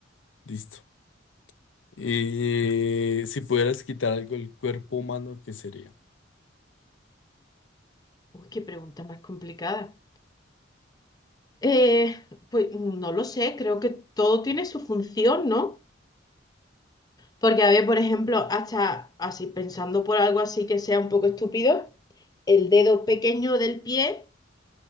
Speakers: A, on the left; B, on the left.
A: Listo. Eh, si pudieras quitar algo del cuerpo humano, ¿qué sería?
B: Uy, qué pregunta más complicada. Eh, pues no lo sé, creo que todo tiene su función, ¿no? Porque, a ver, por ejemplo, hasta así pensando por algo así que sea un poco estúpido, el dedo pequeño del pie